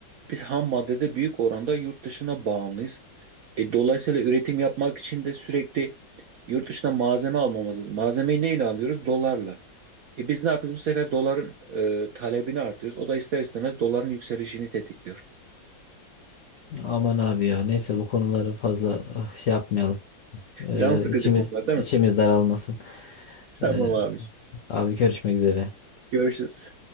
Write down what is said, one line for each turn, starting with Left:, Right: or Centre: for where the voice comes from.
Right: Biz ham maddede büyük oranda yurt dışına bağımlıyız. E, dolayısıyla üretim yapmak için de sürekli yurt dışına malzeme almamız lazım. Malzemeyi neyle alıyoruz? Dolarla. E, biz ne yapıyoruz? Bu sefer doların e, talebini artırıyoruz. O da ister istemez doların yükselişini tetikliyor.
Left: Aman abi ya neyse bu konuları fazla ah, şey yapmayalım. E,
Right: Can sıkıcı
Left: içimiz
Right: konular değil
Left: içimiz
Right: mi?
Left: daralmasın.
Right: <laughs> Tamam
Left: E,
Right: abi.
Left: abi görüşmek üzere.
Right: Görüşürüz.